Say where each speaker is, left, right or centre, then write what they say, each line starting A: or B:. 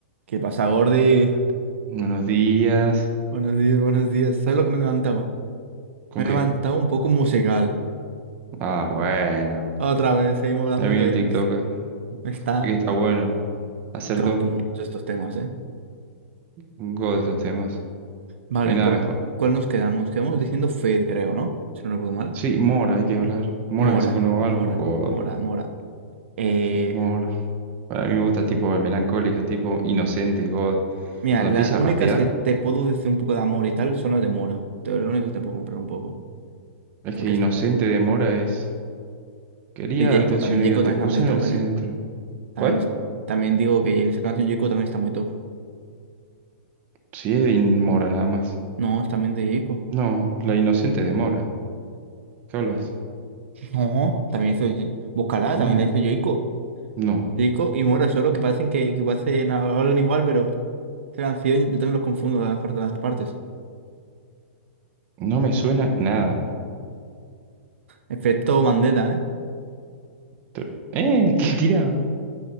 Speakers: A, on the right; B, on the right.
A: ¿Qué pasa, Gordy?
B: Buenos días.
A: Buenos días, buenos días. ¿Sabes lo que me he levantado?
B: ¿Con
A: Me he
B: qué?
A: levantado un poco musical.
B: Ah, bueno.
A: Otra vez, seguimos hablando
B: Mi amigo
A: que
B: el TikToker.
A: me está... me está-
B: Ve que está bueno. Acertó
A: Estamos gustan
B: un
A: mucho estos temas, ¿eh?
B: un God de estos temas.
A: Vale,
B: No hay nada
A: ¿por
B: mejor.
A: cuál nos quedamos? Quedamos diciendo Fade, creo, ¿no? Si no recuerdo mal.
B: Sí, Mora, hay que hablar. Mora
A: Mora,
B: que sacó un nuevo
A: Mora,
B: álbum, God.
A: Mora, Mora. Eh,
B: Mora. Para mí me gusta tipo de melancólica, tipo inocente, God.
A: mira,
B: Cuando
A: las
B: empieza
A: únicas
B: a rapear,
A: que te puedo decir un poco de amor y tal son las de Mora. Te- Lo único que te puedo comprar un poco.
B: es
A: Porque
B: que inocente
A: es que...
B: de Mora es. Quería
A: Y Jacob,
B: atención
A: también
B: y
A: Jacob
B: yo te
A: también
B: puse
A: está muy
B: en
A: top,
B: el centro.
A: ¿eh? También,
B: ¿Cuál?
A: es- también digo que en esa canción Jacob también está muy top.
B: Sí, es de In- Mora nada más.
A: No, es también de Jacob.
B: No, la inocente de Mora. ¿Qué hablas?
A: No, también hizo. Búscala,
B: No,
A: también la hizo Yoico.
B: no.
A: Yoico y Mora, solo que parecen que, que parecen, hablan igual, pero se han sido yo también los confundo de las partes, las partes.
B: No me suena nada.
A: Efecto Mandela, ¿eh?
B: Te- ¿Eh? <laughs> ¿Qué tirado?